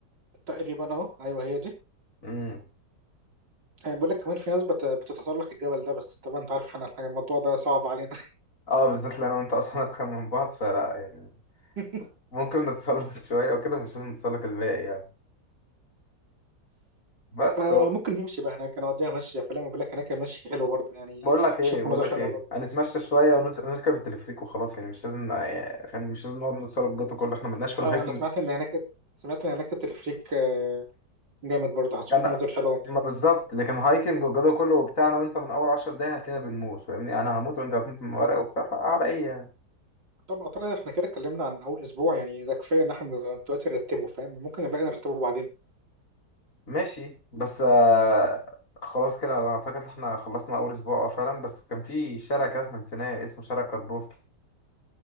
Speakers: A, on the right; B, on the left.
A: تقريبا اه ايوه هي دي
B: امم
A: آه، بقول لك كمان في ناس بت- بتتسلق الجبل ده بس طبعا انت عارف احنا الموضوع ده صعب علينا
B: اه بالذات اللي انا وانت اصلا <laughs> اتخن من بعض فلا يعني
A: <laughs>
B: ممكن نتسلق <laughs> شوية أو كده مش لازم نتسلق الباقي يعني بس
A: آه
B: هو-
A: ممكن نمشي بقى هناك نقضيها مشي فلا ما بقول لك هناك المشي حلو برضه يعني
B: بقول
A: هتشوف
B: لك إيه بقول
A: مناظر
B: لك
A: حلوه
B: إيه
A: برضه
B: هنتمشى شوية ونركب التلفريك وخلاص يعني مش لازم يعني فاهم؟ مش لازم نقعد نتسلق جدا كله إحنا ملناش في الهايكنج
A: اه انا سمعت ان هناك سمعت ان هناك التلفريك آه، جامد برضه هتشوف
B: أنا
A: مناظر حلوه وانت
B: ما
A: راجع
B: بالظبط لكن هايكنج والجو كله وبتاع أنا وأنت من أول عشر دقايق هتلاقينا بنموت فاهمني أنا هموت وأنت هتموت من ورق وبتاع فعلى إيه يعني
A: طب اعتقد احنا كده اتكلمنا عن اول اسبوع يعني ده كفايه ان احنا دلوقتي نرتبه فاهم ممكن الباقي نرتبه بعدين
B: ماشي بس آه خلاص كده أنا أعتقد إن إحنا خلصنا أول أسبوع آه فعلا بس كان في شارع كده إحنا نسيناه اسمه شارع كاربوف